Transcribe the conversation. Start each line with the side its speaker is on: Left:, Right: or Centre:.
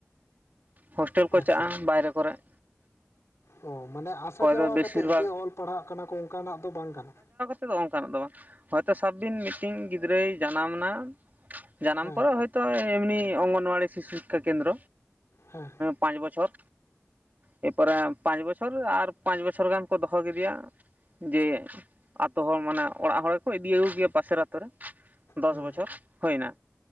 Right: ᱦᱳᱥᱴᱮᱞ ᱠᱚ
Left: ᱟᱪᱪᱷᱟ
Right: ᱪᱟᱜᱼᱟ ᱵᱟᱭᱨᱮ ᱠᱚᱨᱮᱜ᱾
Left: ᱚ ᱢᱟᱱᱮ ᱟᱥᱟ ᱡᱟᱣᱟ
Right: ᱫᱚ ᱵᱮᱥᱤᱨ
Left: ᱠᱟᱛᱮᱜ
Right: ᱵᱷᱟᱜᱽ
Left: ᱡᱮ ᱚᱞ ᱯᱟᱲᱦᱟᱜ ᱠᱟᱱᱟ ᱠᱚ ᱚᱱᱠᱟᱱᱟᱜ ᱫᱚ ᱵᱟᱝ ᱠᱟᱱᱟ᱾
Right: ᱚᱝᱠᱟᱱᱟᱜ ᱫᱚ ᱵᱟᱝ ᱦᱚᱭᱛᱚ ᱥᱟᱵ ᱵᱤᱱ ᱢᱤᱫᱴᱤᱝ ᱜᱤᱫᱽᱨᱟᱹᱭ ᱡᱟᱱᱟᱢ ᱱᱟ ᱡᱟᱱᱟᱢ
Left: ᱦᱮᱸ
Right: ᱯᱚᱨᱮ ᱦᱳᱭ ᱛᱚ ᱮᱢᱱᱤ ᱚᱝᱜᱚᱱᱣᱟᱲᱤ ᱥᱤᱥᱩ ᱥᱤᱠᱠᱷᱟ ᱠᱮᱱᱫᱨ
Left: ᱦᱮᱸ
Right: ᱯᱟᱸᱪ ᱵᱚᱪᱷᱚᱨ ᱮᱨᱯᱚᱨᱮ ᱯᱟᱸᱪ ᱵᱚᱪᱷᱚᱨ ᱟᱨ ᱯᱟᱸᱪ ᱵᱚᱪᱷᱚᱨ ᱜᱟᱱ ᱠᱚ ᱫᱚᱦᱚ ᱠᱮᱫᱮᱭᱟ᱾ ᱡᱮ ᱟᱛᱳ ᱦᱚᱲ ᱢᱟᱱᱮ ᱚᱲᱟᱜ ᱦᱚᱲ ᱜᱮᱠᱚ ᱤᱫᱤ ᱟᱹᱜᱩ ᱠᱮᱭᱟ ᱯᱟᱥᱮᱨ ᱟ ᱛᱳ ᱨᱮ ᱫᱚᱥ
Left: ᱦᱩᱸ
Right: ᱵᱚᱪᱷᱚᱨ ᱦᱳᱭ ᱱᱟ᱾